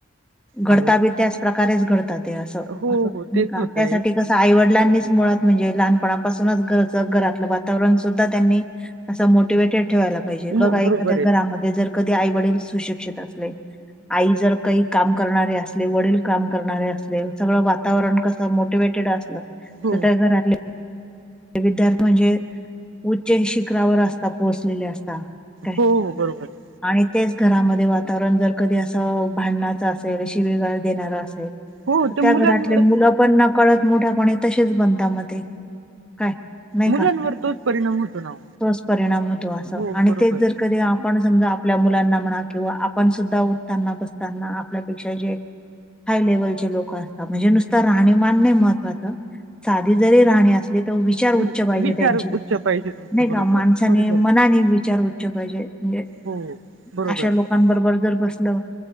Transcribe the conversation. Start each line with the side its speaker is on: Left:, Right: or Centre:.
Right: अहो
Centre: घडता बी त्याच प्रकारेच घडत ते अस अस
Right: हो,
Centre: नाय
Right: हो तेच
Centre: का
Right: होतंय.
Centre: त्यासाठी कस आईवडलांनीच मुळात म्हणजे लहानपणापूनच गरत घरातलं वातावरण सुद्धा त्यांनी, अस मोटिवेटेड ठेवायला पाहिजे
Right: मो
Centre: बघा एखाद्या
Right: बरोबर आहे.
Centre: घरामध्ये जर कधी आई वडील सुशिक्षित असले आई जर काही काम करणारे असले वडील काम करणारे असले सगळं वातावरण कस असं मोटिवेटेड असलं,
Right: हो.
Centre: तर त्या घरातले. ते विद्यार्थी म्हणजे, उच्च शिखरावर असतात, पोहोचलेले असतात. का काय?
Right: हो, हो बरोबर आहे.
Centre: आणि तेच घरामध्ये वातावरण जर कधी अस भांडना शिवीगाळ देणारा असल,
Right: हो ते
Centre: त्या
Right: मुलांवर
Centre: घरातले मुलं पण न कळत मोठ्यापणे तशेच बनता म ते. काय, नाही
Right: मुलांवर
Centre: का?
Right: तोच परिणाम होतो ना ओ.
Centre: तोच परिणाम होतो असं,
Right: हो
Centre: आणि
Right: बरोबर
Centre: तेच जर
Right: आहे.
Centre: कधी आप पण समजा, आपल्या मुलांना म्हणा, किंवा आपण सुद्धा उठताना, बसताना आपल्यापेक्षा जे हाय लेव्हलचे लोक असतात, म्हणजे नुसत राहणीमान नाही महत्त्वाचं, साधी जरी राहणी अस तो विचार उच्च
Right: तर
Centre: पाहिजे
Right: विचार
Centre: त्यांचे
Right: उच्च पाहिजे तुमचं
Centre: नाही
Right: बरोबर
Centre: का? माणसाने
Right: आहे. बरोबर आहे,
Centre: मनाने
Right: बरोबर आहे.
Centre: विचार उच्च पाहिजे. म्हणजे,
Right: हो, बरोबर
Centre: अशा लोकांबरोबर
Right: आहे.
Centre: जर बसलं,